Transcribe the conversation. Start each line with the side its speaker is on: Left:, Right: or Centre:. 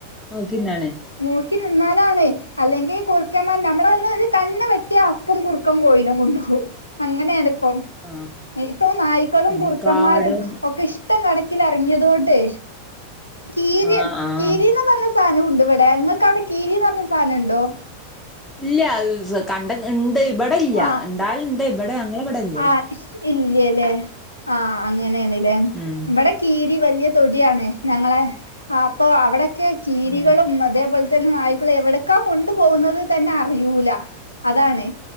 Centre: നോക്കിന്നാണ്.
Left: നോക്കി നിന്നാലാണ് അല്ലെങ്കി കുറുക്കന്മാ നമ്മള് ഒന്ന് ഇത് കണ്ണ് വെട്ടിയാ അപ്പം കുറുക്കൻ കോയിനെ കൊണ്ടോവും. അങ്ങനേണിപ്പം
Centre: ആഹ്
Left: ഇപ്പൊ നായ്ക്കളും
Centre: ഇനി
Left: കുറുക്കന്മാരും
Centre: കാടം
Left: ഒക്കെ ഇഷ് ട്ടം കണക്കിലെറങ്ങിയതോണ്ടെ കീര്
Centre: ആഹ് ആഹ്
Left: കീരിന്ന് പറഞ്ഞ സ സാനുണ്ട് ഇവടെ ഇങ്ങക്ക് അവടെ കീരീന്ന് പറഞ്ഞ സാനം ഇണ്ടോ?
Centre: ഇല്ല സ് കണ്ട ഇണ്ട് ഇബടെല്ല്യ
Left: ആഹ്
Centre: ഇണ്ടാല്ണ്ട് ഇബടെ ഞങ്ങളെ ഇവടെല്
Left: ആഹ് ഇശ് ഇല്യ ലേ ആഹ് അങ്ങനേണ്ലേ
Centre: ഉം
Left: ഇവടെ കീരി വല്യ തൊടിയാണ് ഞങ്ങളെ ആ അപ്പൊ അവടെക്കെ കീരികളും
Centre: ഉം
Left: അതേപോൽ തന്നെ നായിക്കളും എവടക്കാ കൊണ്ടു പോകുന്നത് തന്നെ അറിയൂല അതാണ്